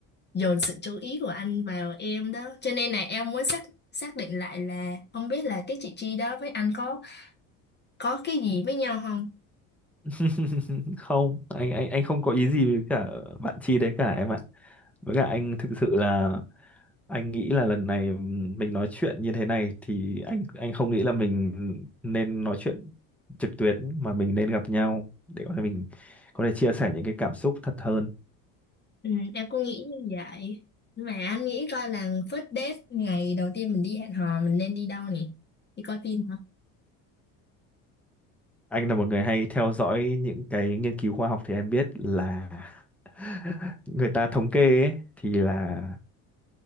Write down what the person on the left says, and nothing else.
dồn sự chú ý của anh vào em đó cho nên là em muốn xác xác định lại là không biết là cái chị Tri đó với anh có có cái gì với nhau không
Ừ, em cũng nghĩ như vậy. Mà anh nghĩ coi là first date ngày đầu tiên mình đi hẹn hò mình nên đi đâu nhỉ? Đi coi phim hả?